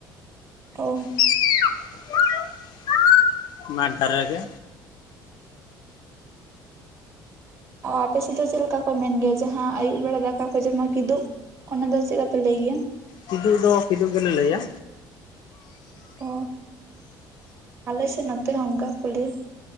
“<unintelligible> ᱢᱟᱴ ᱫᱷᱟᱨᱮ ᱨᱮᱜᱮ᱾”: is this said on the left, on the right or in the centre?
Left